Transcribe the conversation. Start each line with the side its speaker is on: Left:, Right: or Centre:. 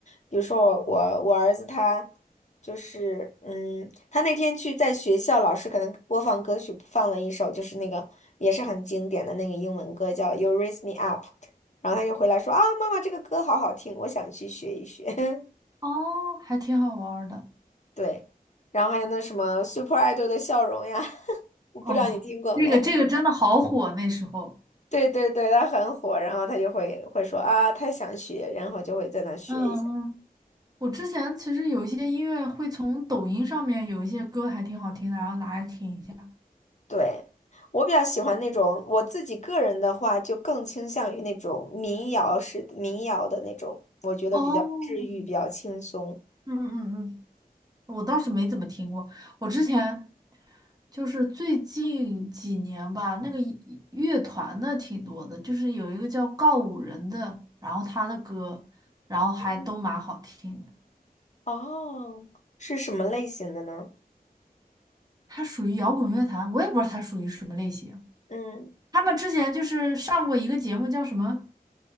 Left: 比如说我我我儿子他就是嗯，他那天去在学校，老师可能播放歌曲放了一首，就是那个也是很经典的那个英文歌叫《You Raise Me Up》，然后他就回来说啊，妈妈这个歌好好听，我想去学一学。<laughs>
Right: 哦，还挺好玩儿的。
Left: 对，然后还有那什么 Super Idol 的笑容呀，<laughs> 我不知道你听过没？
Right: 哦，这个这个真的好火，
Left: <laughs>
Right: 那时候。
Left: 对对对，他很火，然后他就会会说啊，他想学，然后就会在那学一下。
Right: 嗯嗯，我之前其实有一些音乐会从抖音上面有一些歌还挺好听的，然后拿来听一下。
Left: 对，我比较喜欢那种，我自己个人的话，就更倾向于那种民谣式的民谣的那种，我觉得比较治愈，
Right: 哦，
Left: 比较轻松。
Right: 嗯嗯嗯，我倒是没怎么听过。我之前就是最近几年吧，那个一乐团的挺多的，就是有一个叫告五人的，然后他的歌，然后还都蛮好听的。
Left: 嗯哦，是什么类型的呢？
Right: 他属于摇滚乐坛，我也不知道他属于什么类型。
Left: 嗯。
Right: 他们之前就是上过一个节目，叫什么